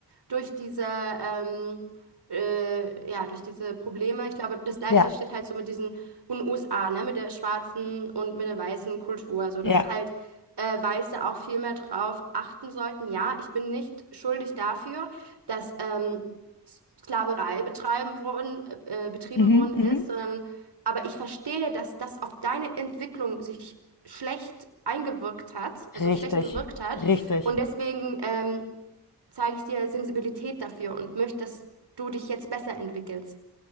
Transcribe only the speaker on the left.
Ja.
Ja.
Mhm.
Mhm.
Richtig.
Richtig.